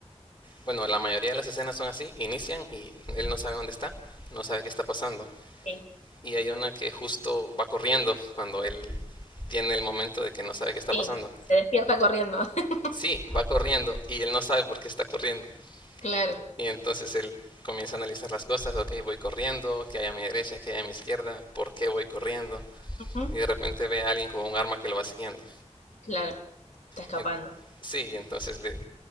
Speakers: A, on the left; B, on the left.
A: Bueno, la mayoría de las escenas son así, inician y él no sabe dónde está, no sabe qué está pasando.
B: Sí.
A: Y hay una que justo va corriendo cuando él tiene el momento de que no sabe qué está
B: Sí,
A: pasando.
B: se despierta corriendo. <laughs>
A: Sí, va corriendo y él no sabe por qué está corriendo.
B: Claro.
A: Y entonces él comienza a analizar las cosas, ok, voy corriendo, qué hay a mi derecha, qué hay a mi izquierda, por qué voy corriendo.
B: Ujú,
A: Y de repente ve a alguien con un arma que lo va siguiendo.
B: Claro, está escapando.
A: Y- sí, y entonces le,